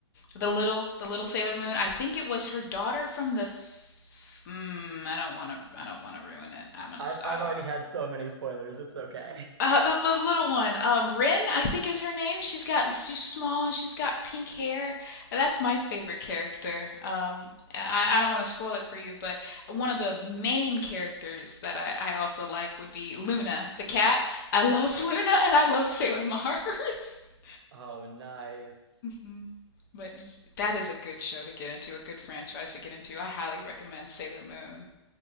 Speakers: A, on the left; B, on the right.
A: The little the little Sailor Moon. I think it was her daughter from the. F- mm, I don't want to. I don't want to ruin it.
B: <laughs>
A: I'm gonna
B: I've
A: stop.
B: I've already had so many spoilers, it's okay. <laughs>
A: Uh, the the little one, um, Rin, I think is her name. She's got she's small and she's got pink hair. That's my favorite character. Um, I, I don't want to spoil it for you, but one of the main characters that I, I also like would be Luna, the cat. I love <laughs> Luna and I love Sailor Mars. <laughs>
B: Oh, nice.
A: Mm. But y- that is a good show to get into, a good franchise to get into. I highly recommend Sailor Moon.